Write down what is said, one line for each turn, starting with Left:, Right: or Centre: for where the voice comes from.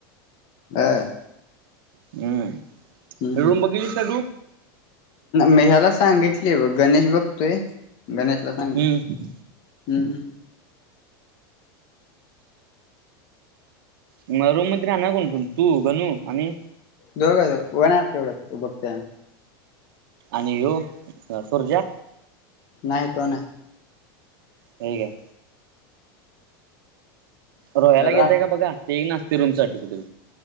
Left: हा
Right: हम्म
Left: हम्म
Right: रूम बघितलीस का तु
Left: मी ह्याला सांगितली बघ गणेश बघतोय गणेशला सांगित
Right: हम्म
Left: हम्म हम्म
Right: मग रूम मध्ये राहणार कोणकोण तू गणू आणि
Left: दोघ होणार केवढ बघत
Right: आणि ह्ये सुरज्या
Left: नाही तो नाही.
Right: होय काय रोयाला
Left: राख
Right: घेताय का बघा ते नाचतय रुमसाठी कुठे